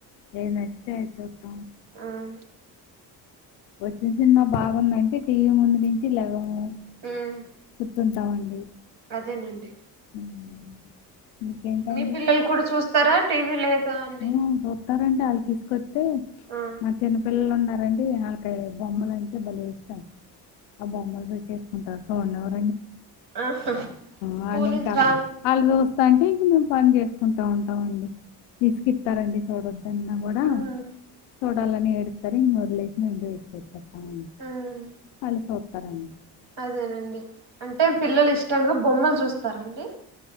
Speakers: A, on the left (about 85°); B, on the right (about 60°).
A: ఏది నచ్చితే అది చూస్తాం
B: హ్మ్
A: వచ్చిన సినిమా బాగుందంటే టీవీ ముందు నుంచి లెగము
B: హ్మ్
A: కూర్చుంటామండి
B: అదేనండి
A: ఉమ్. ఇంకేంటండి
B: మీ పిల్లలు కూడా చూస్తారా టీవీ లేదా అండి
A: ఆ, చూస్తారండి వాళ్లు తీసుకో అయితే
B: ఆ
A: మా చిన్నపిల్లలు ఉం మే బొమ్మల అంటే బలే ఆ బొమ్మలు పెట్టి వన్ అవర్
B: ఆ స్కూల్
A: వాళ్ళు
B: నుంచి
A: ఇంకా
B: రాంగ్
A: వాళ్ళు చూస్తా అంటే ఇంక మేము పని చేసుకుంటా ఉంటాం అండి విసుకిస్తారండి చూడద్దన్నా కూడా
B: ఉమ్
A: చూడాలని ఏడతారు ఇంకా వదిలే <unintelligible>
B: ఉమ్
A: <inaudible> సరే అండి
B: అదేనండి అంటే పిల్లలు ఇష్టంగా బొమ్మలు జూస్తారండి